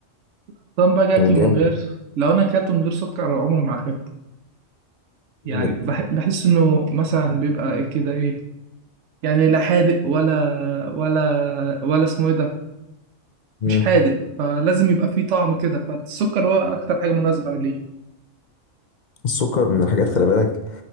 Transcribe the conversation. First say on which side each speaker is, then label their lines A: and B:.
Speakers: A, on the right; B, on the left.
A: بس انا باجي اكله
B: جامد
A: من غير لو انا اكلته من غير سكر على عمري ما احبه يعني
B: جامد
A: بح... بحس انه مثلا بيبقى ايه كده ايه يعني لا حادق ولا ولا ولا اسمه ايه ده
B: مم.
A: مش حادق فلازم يبقى فيه طعم كده فالسكر هو اكتر حاجه مناسبه ليه
B: السكر من الحاجات خلي بالك